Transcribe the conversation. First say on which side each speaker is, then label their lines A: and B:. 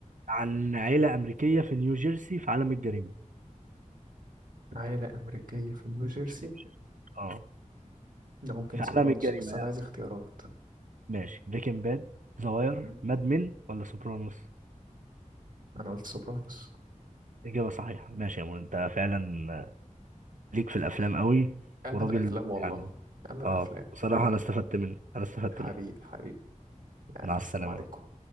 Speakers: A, on the right; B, on the right.
A: عن عيلة أمريكية في نيوجيرسي في عالم الجريمة
B: عائلة أمريكية في نيو جيرسي
A: في نيوجيرسي اه
B: ده ممكن
A: في
B: سوبرانوس
A: عالم الجريمة
B: بس
A: يعني
B: أنا عايز اختيارات
A: ماشي بريكنج باد ذا واير
B: مم.
A: ماد مين ولا سوبرانوس
B: أنا قلت سوبرانوس
A: إجابة صحيحة ماشي يا مول أنت فعلا ليك في الأفلام قوي
B: أنا
A: وراجل
B: الأفلام والله
A: يعني
B: أنا الأفلام
A: اه بصراحة
B: أنا الأفلام
A: أنا استفدت منك أنا استفدت
B: حبيب
A: منك
B: حبيب يلا
A: مع السلامة
B: السلام عليكم